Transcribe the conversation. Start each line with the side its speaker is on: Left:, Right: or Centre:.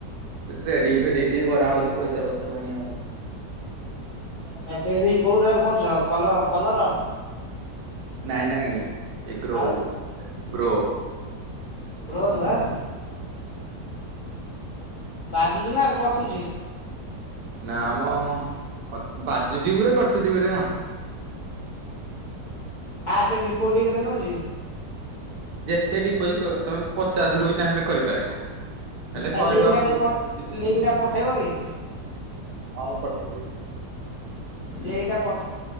Right: ରେଡି ଫେଡି ଟିକେ କରାହଉଛି ପଇସା ପତ୍ର ପାଇଁ ଆଉ।
Left: ସେଣ୍ଟ୍ରେଟିଙ୍ଗ କୋଉଟାରେ କରୁଚ କଲର କଲର।
Right: ନାଇଁ ନାଇଁ ଏ ଗ୍ରୋ
Left: ଆଉ
Right: ଗ୍ରୋ।
Left: ଗ୍ରୋରୁ ଆଁ। ବାଜୁଛି ନା କଟୁଛି?
Right: ନା ମ କ ବାଜୁଚି ଗୁରେ ଆଉ କଟୁଚି ଗୁରେ ଆଉ।
Left: ଫାଷ୍ଟ ଡିପୋଜିଟ୍ କେତେ ନଉଚି?
Right: ଯେତେ ଡିପୋଜିଟ୍ କର ତମେ ପଚାଶ ରୁ ବି ଚାହିଁଲେ କରିପାରିବ। ହେଲେ
Left: ତା
Right: ଶହେ
Left: ଲିଙ୍କଟା
Right: ଟଙ୍କା କରି-
Left: ଟିକେ ପ ଲିଙ୍କଟା ପଠେଇବ କି?
Right: ହଁ ମୁଁ ପଠେଇଦେବି।
Left: ଲିଙ୍କଟା ପ